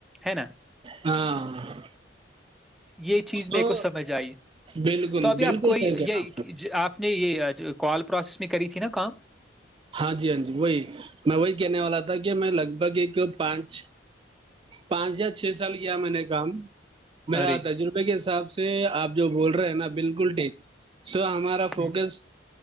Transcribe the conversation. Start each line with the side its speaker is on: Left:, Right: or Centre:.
Centre: ہے نا
Right: ہاں
Centre: یہ چیز
Right: سو
Centre: میرے کو سمجھ آئی
Right: بالکل
Centre: تو ابھی
Right: بالکل
Centre: آپ کوئی
Right: صحیح کہنا
Centre: یہ
Right: آپ نے
Centre: آپ نے یہ ھ کال پروس میں کری ت نا <unintelligible>
Right: ہاں جی ہاں جی وہی میں وہی کہنے والا تھا کہ میں لگ بھگ ایک پانچ پانچ یا چھ سال کیا میں نے کام میرا
Centre: ارے
Right: آ تج روپے کے حساب سے آپ جو بول رہے ہیں نا بالکل ٹھیک سو ہمارا فوکس
Centre: ہ